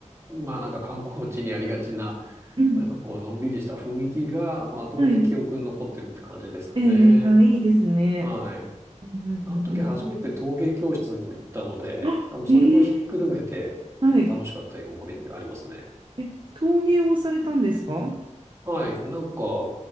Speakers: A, on the right; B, on the right.
A: まあなんか観光地にありがちな、
B: うん。
A: なんかこうのんびりした雰囲気がまとめて記憶に残ってるって感じですかね。
B: はい。えー、あ、いいですね。
A: はい。
B: うんうんうんうん。
A: あの時初めて陶芸教室にも行ったので、
B: あ、
A: 多分それもひっくるめて、
B: へえ。はい。
A: なんか楽しかったいう思い出がありますね。
B: え、陶芸をされたんですか
A: はい、なんか、